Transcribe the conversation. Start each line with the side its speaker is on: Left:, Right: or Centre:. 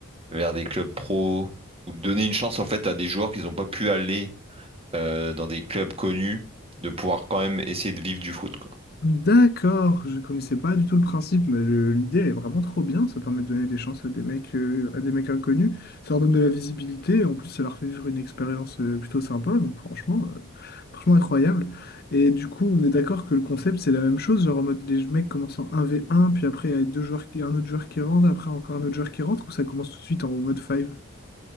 Right: vers des clubs pro ou de donner une chance en fait à des joueurs qui n'ont pas pu aller euh, dans des clubs connus, de pouvoir quand même essayer de vivre du foot, quoi.
Left: D'accord, je connaissais pas du tout le principe, mais le- l'idée est vraiment trop bien. Ça permet de donner des chances à des mecs, euh, à des mecs inconnus. Ça leur donne de la visibilité. En plus, ça leur fait vivre une expérience euh, plutôt sympa. Donc, franchement, euh, franchement incroyable. Et du coup, on est d'accord que le concept, c'est la même chose. Genre en mode des mecs commencent en 1v1, puis après, il y a deux joueurs qui, un autre joueur qui rentre, après encore un autre joueur qui rentre, ou ça commence tout de suite en mode 5?